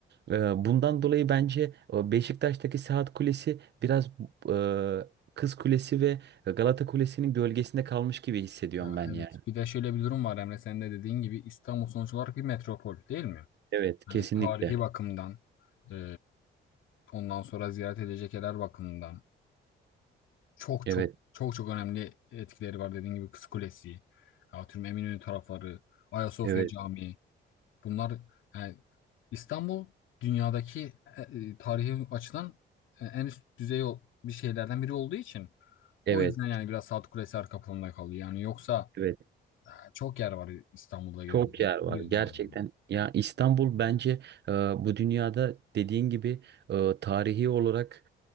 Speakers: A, on the right; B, on the left.
A: Ee, bundan dolayı bence e, Beşiktaş'taki Saat Kulesi biraz e, Kız Kulesi ve Galata Kulesi'nin gölgesinde kalmış gibi hissediyorum
B: Ya
A: ben yani.
B: evet. Bir de şöyle bir durum var Emre. Sen de dediğin gibi İstanbul sonuç olarak bir metropol değil mi?
A: Evet
B: Hani
A: kesinlikle.
B: tarihi bakımdan, e, ondan sonra ziyaret edilecek yerler bakımından çok
A: Evet
B: çok çok çok önemli etkileri var. Dediğim gibi Kız Kulesi, atıyorum Eminönü tarafları, Ayasofya
A: evet
B: Camii. Bunlar yani İstanbul dünyadaki e, e, tarihi açıdan e, en üst düzey o- bir şeylerden biri olduğu için
A: evet.
B: o yüzden yani biraz Saat Kulesi arka planda kalıyor. Yani yoksa
A: Evet.
B: e, çok yer var İstanbul'da gezilecek.
A: Çok yer var
B: Bu yüzden
A: gerçekten.
B: yani.
A: Ya İstanbul bence e, bu dünyada dediğin gibi e, tarihi olarak